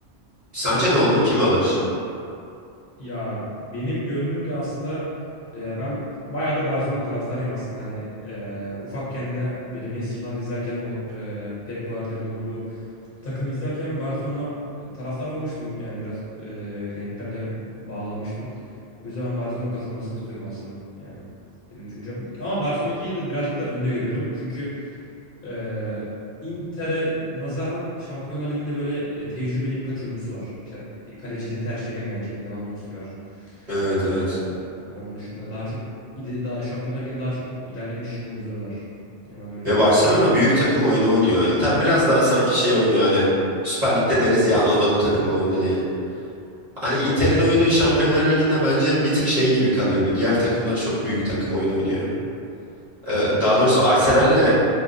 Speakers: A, on the right; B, on the left.
A: Sence
B: Sen
A: ne
B: inti
A: olur? Kim alır?
B: ya benim gönlüm de aslında e, ben bayağı da Barcelona taraftarıyım aslında hani e, ufakken de böyle Messi falan izlerken o e, Pep Guardiola'nın olduğu takımı izlerken Barcelona e, taraftar olmuştum yani biraz e, renklerle bağlanmıştım. O yüzden ben Barcelona kazanmasını istiyorum aslında yani benim düşüncem. Ama Barcelona'daki de birazcık daha önde görüyorum çünkü ee, Inter'e nazaran Şampiyonlar Ligi'nde böyle e, tecrübeli birkaç oyuncusu var. İşte kalecileri Ter Stegen gelecek, Lewandowski var.
A: Evet evet.
B: Ee, onun dışında daha çok ili- daha Şampiyonlar Ligi'nde daha çok ilerlemiş oyuncuları var. Hemen öyle
A: Ve
B: görüyorum.
A: Barcelona büyük takım oyunu oynuyor. Inter biraz daha sanki şey oynuyor hani. Süper Lig'de deriz ya Anadolu takımı oyunu diye. Hani Inter'in oyunu Şampiyonlar Ligi'nde bence bir tık şey gibi kalıyor. Diğer takımlar çok büyük takım oyunu oynuyor. Ee, daha doğrusu Arsenal'le